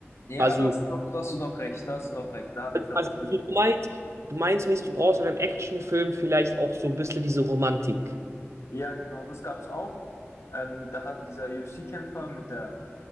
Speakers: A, on the left; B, on the right.
A: Ja,
B: Also,
A: da hast du doch, da hast du doch recht, da hast du doch recht. Da habe ich, glaube
B: also
A: ich,
B: du meinst, du meinst mäßig, du brauchst in einem Actionfilm vielleicht auch so ein bisschen diese Romantik.
A: ja, genau, das gab's auch. Ähm, da hat dieser UFC-Kämpfer mit der